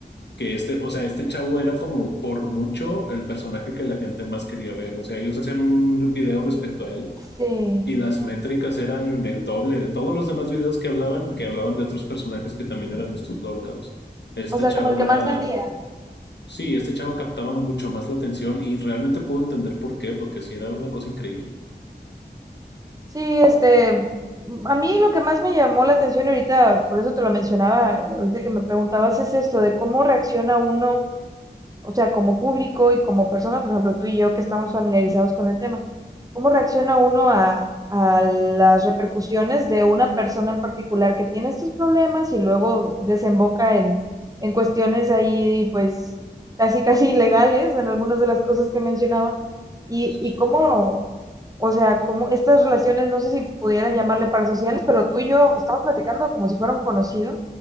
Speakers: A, on the left; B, on the right.
A: que este, o sea, este chavo era como por mucho el personaje que la gente más quería ver. O sea, ellos hacían un video respecto a él
B: Sí,
A: y las métricas eran el doble de todos los demás videos que hablaban, que hablaban de otros personajes que también eran estos lolcados. Este
B: o sea,
A: chavo
B: como el que
A: era,
B: más vendía.
A: sí, este chavo captaba mucho más la atención y realmente puedo entender por qué, porque sí era una cosa increíble.
B: Sí, este, a mí lo que más me llamó la atención y ahorita, por eso te lo mencionaba, ahorita que me preguntabas, es esto de cómo reacciona uno o sea, como público y como personas, por ejemplo, tú y yo que estamos familiarizados con el tema, ¿cómo reacciona uno a, a las repercusiones de una persona en particular que tiene estos problemas y luego desemboca en, en cuestiones ahí, pues, casi, casi ilegales en algunas de las cosas que mencionaba? Y,
A: Eso
B: y
A: sí.
B: cómo, o sea, cómo estas relaciones, no sé si pudiera llamarle parasociales, pero tú y yo estamos platicando como si fuera un conocido.